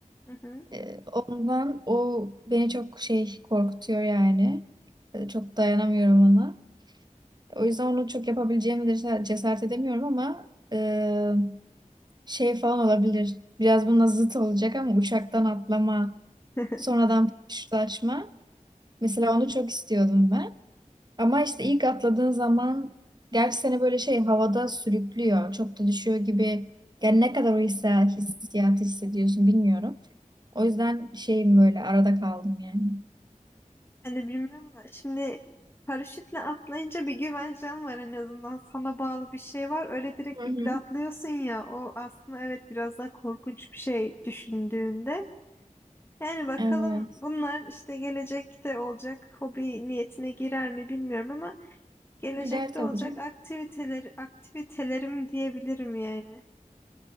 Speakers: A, on the left; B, on the right.
A: Hı hı.
B: Ee, ondan o beni çok şey korkutuyor yani. Ee, çok dayanamıyorum ona. O yüzden onu çok yapabileceğimi de cesaret cesaret edemiyorum ama e, şey falan olabilir. Biraz bununla zıt olacak ama uçaktan atlama,
A: <laughs>
B: sonradan paraşütlaşma. Mesela onu çok istiyordum ben. Ama işte ilk atladığın zaman gerçi seni böyle şey havada sürüklüyor. Çok da düşüyor gibi. Yani ne kadar o hisse- hissiyatı hissediyorsun bilmiyorum. O yüzden şeyim böyle arada kaldım yani.
A: Hani bilmiyorum da şimdi paraşütle atlayınca bir güvencen var en azından. Sana bağlı bir şey var. Öyle direkt
B: Hı
A: iple
B: hı.
A: atlıyorsun ya. O aslında evet biraz daha korkunç bir şey düşündüğünde. Yani bakalım
B: Evet.
A: bunlar işte gelecekte olacak hobi niyetine girer mi bilmiyorum ama gelecekte
B: Gider tabii
A: olacak
B: canım.
A: aktiviteler aktivitelerim diyebilirim yani.